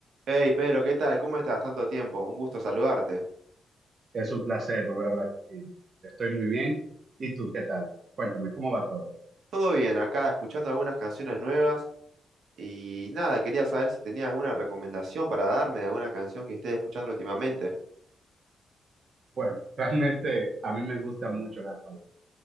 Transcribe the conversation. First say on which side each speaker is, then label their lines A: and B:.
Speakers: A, on the right (about 80°); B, on the right (about 50°).
A: Hey Pedro, ¿qué tal? ¿Cómo estás? Tanto tiempo, un gusto saludarte.
B: Es un placer volver a hablar contigo. Estoy muy bien. ¿Y tú qué tal? Cuéntame, ¿cómo va todo?
A: Todo bien, acá escuchando algunas canciones nuevas y nada, quería saber si tenías alguna recomendación para darme de alguna canción que estés escuchando últimamente.
B: Bueno, <laughs> realmente a mí me gustan mucho las palabras.